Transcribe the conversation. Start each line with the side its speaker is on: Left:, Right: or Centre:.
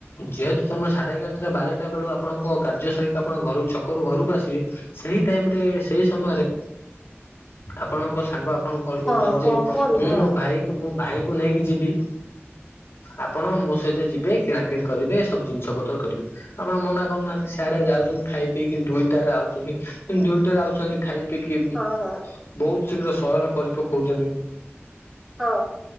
Left: ଯେହେତୁ ତମେ ସାଢେ ଏଗାରଟା ବାରଟା ବେଳୁ ଆପଣଙ୍କ। କାର୍ଯ୍ୟ ସରିକି ଆପଣ ଘ ଛକରୁ ଘରକୁ ଆସିବେ ସେହି ଟାଇମ ରେ ସେଇ ସମୟରେ। ଆପଣଙ୍କ ସାଙ୍ଗ ଆପଣଙ୍କୁ କଣ କହୁଛନ୍ତି
Centre: ହଁ କଣ
Left: ଯେ
Centre: କୁହନ୍ତୁ
Left: ମୁଁ
Centre: ହଁ
Left: ମୋ ଭାଇ। ମୁଁ ଭାଇଙ୍କୁ ନେଇକି ଯିବି। ଆପଣ ମୋ ସହିତ ଯିବେ କିଣା କିିଣି କରିବେ ସବୁ ଜିନିଷ ପତ୍ର କରିବେ। ଆପଣ ମନା କରୁନାହାନ୍ତି ସାରା ଯାଉଛନ୍ତି ଖାଇ ପିଇକି ଦୁଇଟାରେ ଆଉଛନ୍ତି କିୁ ଦୁଇଟାରେ ଆଉଛନ୍ତି। ଖାଇ ପିଇକି ଉଁ
Centre: ହଁ ହଁ
Left: ବୋହୁତ ଶୀଘ୍ର ଶୟନ କରି ପକଉଚନ୍ତି।
Centre: ହଁ।